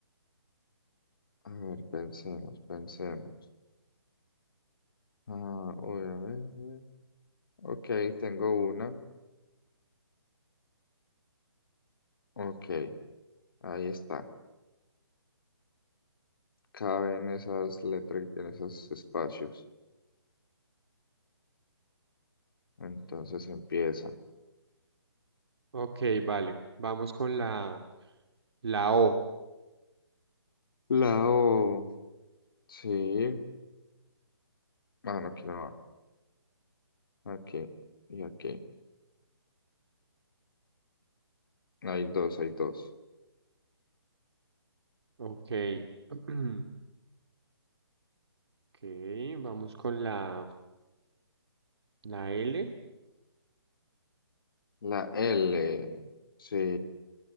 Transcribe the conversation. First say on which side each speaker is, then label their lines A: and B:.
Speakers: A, on the left; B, on the right.
A: a ver, pensemos, pensemos. Ah, uy, a ver, a ver. Ok, tengo una. Ok, ahí está. Cabe en esas letras, en esos espacios. Entonces empieza.
B: Ok, vale. Vamos con la, la O.
A: La O. Sí. Ah, no, aquí no va. Aquí y aquí. Hay dos, hay dos.
B: Ok. <clears throat> Ok, vamos con la, la L.
A: La L, sí,